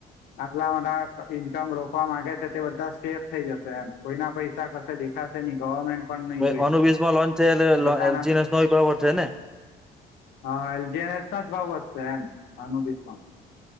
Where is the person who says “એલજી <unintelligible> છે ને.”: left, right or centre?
Centre